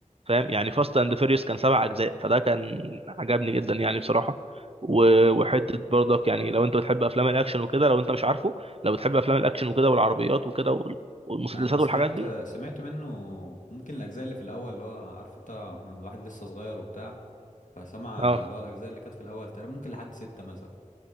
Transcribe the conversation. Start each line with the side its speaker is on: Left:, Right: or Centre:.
Right: فاهم يعني فاست اند فيريوس كان سبع اجزاء فده كان عجبني جدا يعني بصراحه و... وحته برضك يعني لو انت بتحب افلام الاكشن وكده لو انت مش عارفه لو بتحب افلام الاكشن وكده والعربيات وكده وال... والمسدسات
Left: انا سمعت
Right: والحاجات دي
Left: سمعت منه ممكن الاجزاء اللي في الاول اللي هو عارف انت الواحد لسه صغير وبتاع فسمع
Right: اه
Left: اللي هو الاجزاء اللي كانت في الاول تقريبا ممكن لحد ستة مثلا